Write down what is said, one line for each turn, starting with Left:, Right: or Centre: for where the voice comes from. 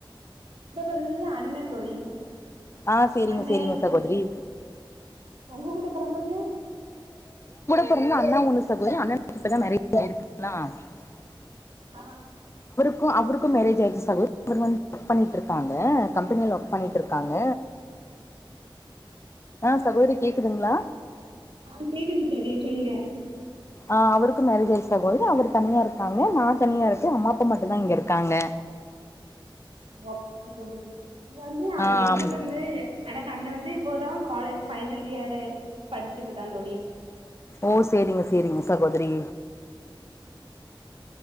Right: ட பிறந்தது அண்ணன் தோழி
Left: ஆ சேரிங்க
Right: அண்ணே
Left: சேரிங்க
Right: இப்ப
Left: சகோதரி
Right: உங்க கூட பொறந்தது
Left: பொறந்த அண்ணா ஒண்ணு சகோதரி அண்ணனுக்கு இப்ப தா மேரேஜ் <unintelligible>
Right: ஆஹ்
Left: ஒ அவருக்கு மேரேஜாயிருச்சு சகோதரி <unintelligible> பண்ணிட்டு இருக்காங்க கம்பெனியில ஒர்க் பண்ணிட்டு இருக் காங்க ஆஹ் சகோதிரி கேக்குதுங்களா
Right: அ கேக்குது தோழி சொல்லுங்க
Left: ஆஹ் அவுருக்கு மேரேஜ் ஆயிச்சு சகோதிரி அவரு தனியா இருக்காங்க நான் தனியா இருக்கேன் அம்மாப்பா மட்டும்தா இங்கருக்காங்க
Right: வொர்க் புக் வந்து வை வந்து அது
Left: ஆ
Right: எங்களுக்கு
Left: ஆமா
Right: வந்து எனக்கு அண்ண வந்து து இப்போதா காலேஜ் ஃபைனல் இயரு படிச்சட் இத்தா தோழி
Left: ஓ சேரிங்க சேரிங்க சகோதரி